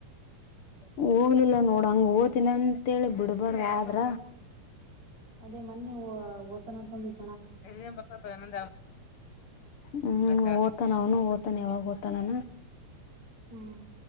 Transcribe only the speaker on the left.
ಹೋಗ್ಲಿಲ್ಲ ನೋಡ್ ಹಂಗ್ ಓತಿನಂತೇಳಿ ಬಿಡ್ಬರ್ ಆದ್ರ
<unintelligible> ಹ್ಮ್ ಹ್ಮ್ ಓದತಾನ ಅವನು ಓದತಾನೆ ಯಾವಾಗ ಓದ್ತಾನಾನ